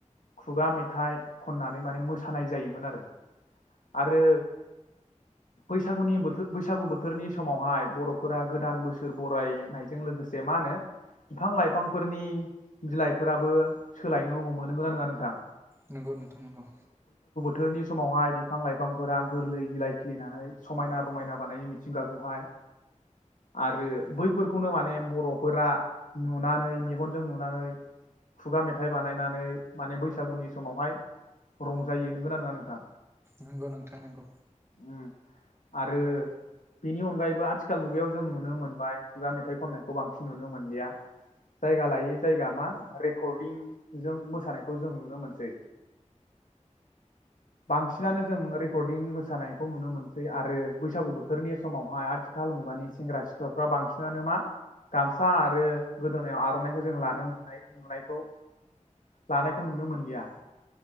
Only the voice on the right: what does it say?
नंगौ नोंथां नंगौ।
नंगौ नोंथां नंगौ।